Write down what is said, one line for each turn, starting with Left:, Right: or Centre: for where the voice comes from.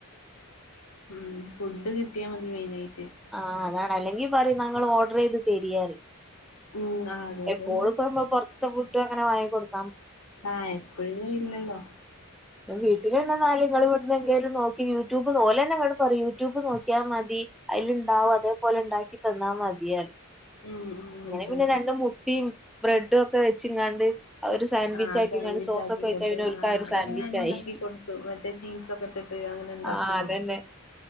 Left: ഉം ഫുഡ് കിട്ടിയാ മതി മെയിനായി
Centre: ആ അതാണ് അല്ലെങ്കി പറയും ന്ന ങ്ങള് ഓർഡർ ചെയ്ത് തരിയറി
Left: ഉം ആ അതെ
Centre: എപ്പോഴും
Left: അതെ
Centre: പോ പൊറത്തെ ഫുഡും അങ്ങനെ വാങ്ങി കൊടുക്കാ
Left: ആഹ് എപ്പോഴ്ന്ന് ഇല്ലല്ലോ
Centre: വീട്ടിലിണ്ടല്ങ്ങള്ൾ ഇവിന്ന് എങ്കിലും നോക്കി യൂട്യൂബ് പോലെന്നെ പറി യൂട്യൂബ് നോക്കിയാ മതി അയ്ല്ണ്ടാവും അതേപോലെണ്ടാക്കി തന്നാ മതിയ
Left: ഉം ഉം
Centre: അങ്ങനെ
Left: അതെ
Centre: പിന്നെ
Left: അതെ
Centre: രണ്ട് മുട്ടിം ബ്രെഡു ഒക്കെ വെച്ച്ങ്ങാണ്ട് ഒരു സാൻഡ്വിച്ച്
Left: ആ
Centre: ആക്കിങ്ങാണ്ട്
Left: സാൻഡ്വിച്ച്
Centre: സോസൊക്കെ
Left: ആക്കി
Centre: ഒഴിച്ചാ
Left: കൊടുത്
Centre: പിന്നെ ഓൽക്ക്
Left: ആ
Centre: ഒരു
Left: അതൊക്കെ
Centre: സാൻഡ്വിച്ചായി
Left: ഞാനും ഉണ്ടാക്കി കൊടുത്തു മറ്റേച്ച് ചീസൊക്കെ ഇട്ടിട്ട് അങ്ങനെണ്ടാക്കി
Centre: ആഹ്
Left: കൊടുക്കും
Centre: അതന്നെ